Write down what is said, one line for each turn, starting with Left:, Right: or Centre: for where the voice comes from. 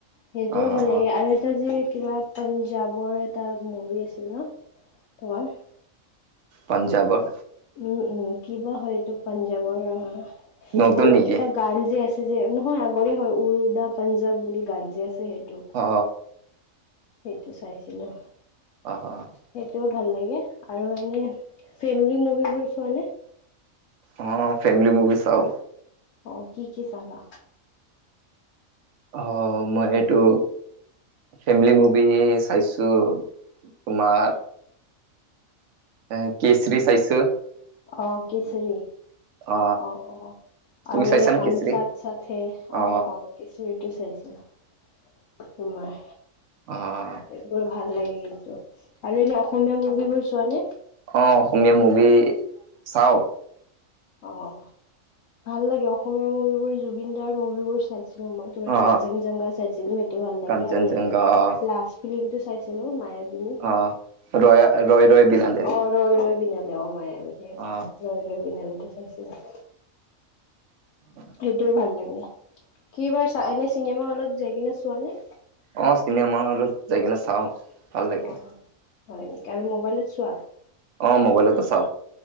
Left: সেইটোও
Right: আহ
Left: ভাল লাগে আৰু এটা যে কিবা পাঞ্জাৱৰ এটা মুভি আছিল ন তোমাৰ
Right: পাঞ্জাৱৰ?
Left: উম উম কিবা হয় এইটো পাঞ্জাৱৰ অ
Right: নতুন
Left: অ
Right: নেকি
Left: এটা গানজে আছে যে নহয় আগৰে হয় উৰুদা পাঞ্জাব বুলি গানজে আছে সেইটো।
Right: অ।
Left: সেইটো চাইছিলোঁ।
Right: অ অ।
Left: সেইটোৱো ভাল লাগে আৰু এনে ফেমিলি মুভিবোৰ চোৱা নে?
Right: অঁ ফোমিলি মুভি ছাওঁ।
Left: অ কি কি চালা?
Right: অ মই এইটো ফেমিলি মুভি চাইছোঁ তোমাৰ অঁ! কেচৰি চাইছোঁ
Left: অঁ! কিচৰি
Right: অ
Left: অঁ অঁ
Right: তুমি
Left: আৰু
Right: চাইছা
Left: এই
Right: নে
Left: হাম
Right: কেচৰি
Left: চাথ চাথ হে
Right: অ
Left: অঁ। কিচৰিটো চাইছিলোঁ তোমাৰ
Right: অঁ,,
Left: এইবোৰ ভাল লাগে কিন্তু আৰু এনে অসমীয়া মুভিবোৰ চোৱা নে?
Right: অঁ অসমীয়া মুভি চাওঁ।
Left: অঁ ভাল লাগে অসমীয়া মুভিবোৰ জুবিন দাৰ মুভিবোৰ চাইছোঁ মই তোমাৰ
Right: অ
Left: কাঞ্চন জংঘা চাইছিলো সেইটো ভাল
Right: কাঞ্চনজংঘা
Left: লাগে আৰু
Right: অ
Left: লাছ ফিল্ম টো চাইছিলো মায়াবিনী
Right: অঁ! ৰৈয়া ৰৈ ৰৈ বিনালে
Left: অঁ! ৰৈ ৰৈ বিনালে অ মায়াবনী
Right: অ'
Left: ৰৈ ৰৈ বিনালে ত চাইছিলো।
Right: উম‌‌-
Left: সেইটোও ভাল লাগে কিইবাৰ চাই চিনেমা হলত যায় কিনে চোৱা নে?
Right: অঁ! চিনেমা হলত যাই কিনে চাওঁ। ভাল লাগে
Left: অ হয় নেকি আৰু মোবাইলত চোৱা
Right: অঁ মোবাইলতো চাওঁ